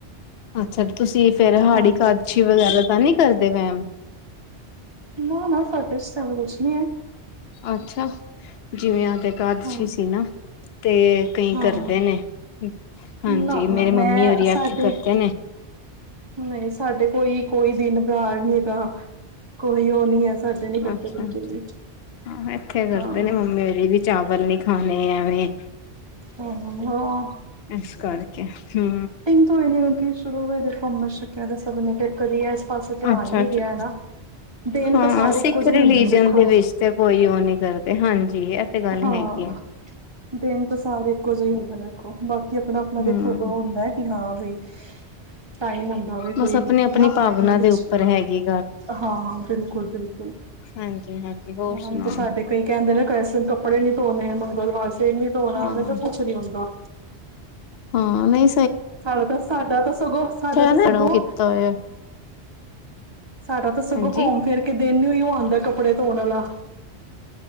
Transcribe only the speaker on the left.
ਅੱਛਾ ਤੁਸੀਂ ਫੇਰ ਹਾੜੀ
ੲਕਾਦਸ਼ੀ ਵਗੈਰਾ ਤਾਂ ਨਹੀ ਕਰਦੇ ਵੈਮ।
ਅੱਛਾ ਜਿਵੇਂ ਤੇ ਕਦਸ਼ੀ
ਸੀ ਨਾ ਤੇ ਕਈ
ਕਰਦੇ ਨੇ ਹਾਂਜੀ
ਮੇਰੀ
ਮੰਮੀ ਉਰਹੀ
ਆਖੇ ਕਰਦੇ ਨੇ
ਅੱਛਾ-
ਅੱਛਾ,
ਏਥੇ ਹੀ ਕਰਦੇ
ਨੇ ਮੰਮੀ ੳਰੀ ਵੀ ਚਾਵਲ ਨੀ ਖਾਣੇ ਐਵੇਂ
ਪ੍ਰੈਸ ਕਰਕੇ, ਹੂ
ਅੱਛਾ
ਅੱਛਾ
ਹਾਂ
ਸਿੱਖ
ਰਿਲੀਜਨ
ਦੇ ਵਿੱਚ ਤੇ ਕੋਈ ਉਹ ਨੀ ਕਰਦੇ, ਹਾਂਜੀ ਇਹ ਤੇ ਗੱਲ
ਹੈਗੀ ਏ।
ਹਮ
ਬਸ
ਆਪਣੀ ਆਪਣੀ
ਭਾਵਨਾ
ਦੇ ਉੱਪਰ ਹੈਗੀ
ਹਾਂਜੀ-ਹਾਂਜੀ। ਹੋਰ
ਸੁਣਾਓ।
ਹਾਂ
ਹਾਂ ਨਹੀ
ਨਾ
ਕੀਤਾ ਹੋਇਆ
ਹਾਂਜੀ